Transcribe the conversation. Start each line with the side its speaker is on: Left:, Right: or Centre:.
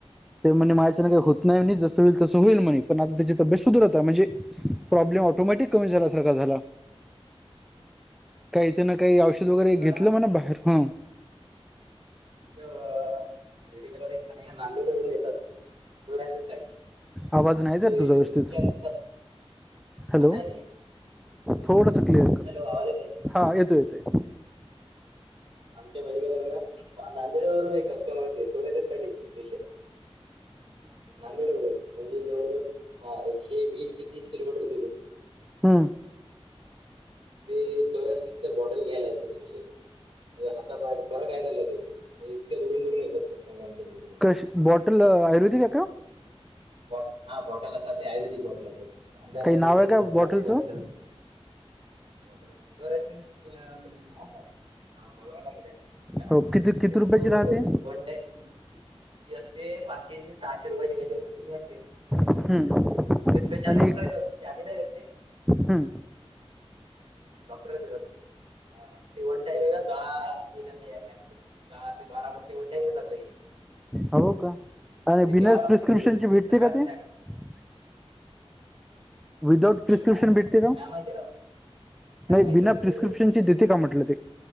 Centre: ते म्हणे माझ्या ह्याचानं काही होत नाही, आणि जसं होईल तसं होईल म्हणे पण आता त्याची तब्येत सुधरत आहे म्हणजे प्रॉब्लेम ऑटोमॅटिक कमी झाल्या सारखा झाला. काही त्यानं काही औषध
Right: आम्ही
Centre: वगैरे
Right: स्वतः
Centre: घेतलं म्हणं बाहेर हं
Right: 'जे मेडिकल वाले आहेत की नाही नांदेड वरून येतात' सोरायसिससाठी.
Centre: आवाज नाही
Right: होय
Centre: येत तुझा व्यवस्थित
Right: मग त्या दिवसापासून
Centre: हॅलो
Right: आता येतंय.
Centre: थोडस क्लिअर कट
Right: आवाज येते
Centre: हा येतोय येतोय.
Right: 'आमच्या मेडिकलवर ना नांदेड वरून एक कस्टमर येतोय', सोरायसिससाठी स्पेशल. नांदेड वरून म्हणजे जवळ जवळ हां एकशे वीस ते तीस किलोमीटर दूरून.
Centre: हम्म
Right: ते सोरायसिसचं बॉटल घ्यायला येतात स्पेशली. ते हता पायचं फार काय झालेलं होतं, तरी इतक्या दुरून दुरून येतात कस्टमर आमचे मेडिकला
Centre: कश बॉटल आयुर्वेदिक आहे का?
Right: 'बॉट हा बॉटल असतात, ते आयुर्वेदिक बॉटल असतात आणि ते अर्धा
Centre: काही
Right: लिटरची
Centre: नाव आहे का
Right: बॉटल
Centre: बॉटलचं
Right: असते, ' white colour 'bottle psoriasis full form काय आहे, हां बघावं लागेल ते
Centre: हो किती किती
Right: पण ते
Centre: रुपयाची राहते
Right: वन टाईम ही असते पाचशे ते सहाशे रुपयाची काहीतरी फी असते.
Centre: हम्म
Right: स्पेशल
Centre: आणि
Right: डॉक्टर हायत ते आम्ही नाही देत ते
Centre: हम्म
Right: डॉक्टरच देतात ते वन टाईम हे ना दहा <unintelligible> दहा ते बारा बोटी वन टाईम घेतात लगेच
Centre: हो का आणि
Right: ते
Centre: बिना
Right: प्यावं लागते
Centre: प्रिस्क्रिप्शन
Right: ते
Centre: ची भेटते
Right: सकाळ
Centre: का
Right: संध्याकाळ
Centre: ते? <unintelligible> विदाउट
Right: ठीक
Centre: प्रिस्क्रिप्शन
Right: आहे
Centre: भेटते
Right: ते
Centre: का?
Right: काय माहिती राव काय
Centre: नाही
Right: माहिती
Centre: बिना
Right: आहे
Centre: प्रिस्क्रिप्शनचे
Right: ते
Centre: दे ते का म्हणटलं ते.